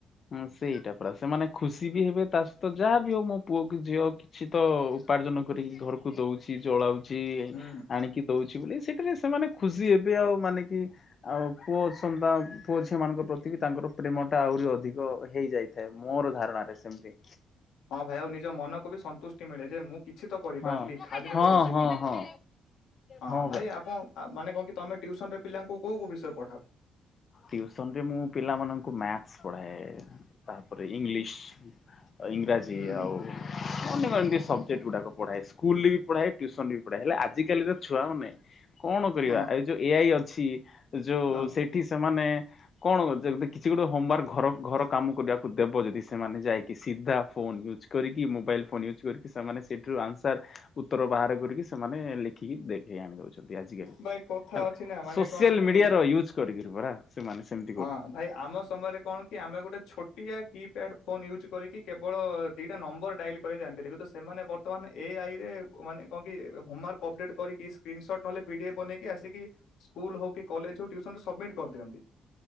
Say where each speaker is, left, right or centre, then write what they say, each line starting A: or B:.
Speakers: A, on the left; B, on the left.
A: ହୁଁ, ସେଇଟା ପରା, ସେମାନେ ଖୁସି ବି ହେବେ। ତା ସହିତ ଯାହାବି ହଉ, ମୋ ପୁଅ କି ଝିଅ କି କିଛି ତ ଉପାର୍ଜନ କରିକି ଘରକୁ ଦଉଛି, ଚଳାଉଛି
B: ହୁଁ
A: ଆଣିକି କି ଦଉଛି ବୋଲି ସେଠାରେ ସେମାନେ ଖୁସି ହେବେ। ଆଉ ମାନେ କି ଆଉ ପୁଅ ଅଛନ୍ତା, ପୁଅ ଝିଅ ମାନଙ୍କ ପ୍ରତି ବି ତାଙ୍କର ପ୍ରେମ ଟା ଆହୁରି ଅଧିକ ତ ହେଇ ଯାଇଥାଏ, ମୋର ଧାରଣାରେ ସେମତି।
B: ହଁ, ଭାଇ, ଆଉ ନିଜ ମନକୁ ବି ସନ୍ତୁଷ୍ଟି ମିଳେ, ଯେ ମୁଁ କିଛି ତ କରିପାରିଲି,
A: ହଁ
B: ଖାଲିରେ
A: ହଁ
B: ତ ବସିନି।
A: ହଁ
B: ହଁ,
A: ହଁ ହଁ ପରା
B: ଭାଇ, ଆପଣ ମାନେ କଣ କି, ତମେ ଟିୟୁସନ୍‌ ରେ ପିଲାଙ୍କୁ କୋଉ କୋଉ ବିଷୟ ପଢାଅ?
A: ଟିୟୁସନ୍ ରେ ମୁଁ ପିଲାମାନଙ୍କୁ ମ୍ୟାଥସ୍ ପଢ଼ାଏ, ତାପରେ ଇଂଲିସ୍। ଇଂରାଜୀ
B: ହୁଁ
A: ଆଉ <unintelligible> ଏମିତି ସବଜେକ୍ଟ୍ ଗୁଡ଼ାକ ପଢ଼ାଏ, ସ୍କୁଲରେ ବି ପଢ଼ାଏ, ଟ୍ୟୁସନ୍‌ ବି ପଢ଼ାଏ, ହେଲେ ଆଜିକାଲି ର ଛୁଆମାନେ କଣ କରିବା,
B: ହଁ
A: ଏଇ ଯୋଉ ଏ ଆଇ ଅଛି, ଯୋ
B: ହଁ
A: ସେଠି ସେମାନେ କଣ ଯ କିଛି ଗୋଟେ ହୋମାୱାର୍କ, ଘର ଘର କାମ କରିବାକୁ ଦେବ ଯଦି, ସେମାନେ ଯାଇକି ସିଧା ଫୋନ ୟୁଜ୍ କରିକି, ମୋବାଇଲ ଫୋନ ୟୁଜ୍ କରିକି, ସେମାନେ ସେଠରୁ ଆନ୍‌ସାର୍ ଉତ୍ତର ବାହାର କରିକି, ସେମାନେ ଲେଖିକି ଦେଖେଇ ଆଣି ଦଉଛନ୍ତି। ସେମିତି ଆଜି କାଲି
B: ଭାଇ କଥା
A: ହେଲା,
B: ଅଛି ନା ମାନେ
A: ସୋସିଆଲ୍
B: କଣ କି
A: ମିଡିଆର ୟୁଜ୍ କରିକରି ପରା ସେମାନେ ସେମ୍
B: ହଁ, ଭାଇ, ଆମ ସମୟରେ କଣ କି, ଆମେ ଗୋଟେ ଛୋ ଛୋଟିଆ କିପ୍ୟାଡ୍ ଫୋନ୍ ୟୁଜ୍ କରିକି, କେବଳ ଦିଇଟା ନମ୍ବରଡାଇଲ କରି ଜାଣିଥିଲି, କିନ୍ତୁ ସେମାନେ ବ ବର୍ତ୍ତମାନ ଏ ଆଇରେ, ମାନେ କଣ କି, ହୋମାର୍କ ଅପଡେଟ୍ କରିକି, ସ୍କ୍ରିନସଟ୍ ନହେଲେ ପି ଡି ଏଫ ବନେଇକି ଆସିକି ସ୍କୁଲ ହଉ କି, କଲେଜ ହଉ, ଟ୍ୟୁସନ୍‌ ରେ ସବମିଟ୍ କରିଦିଅନ୍ତି।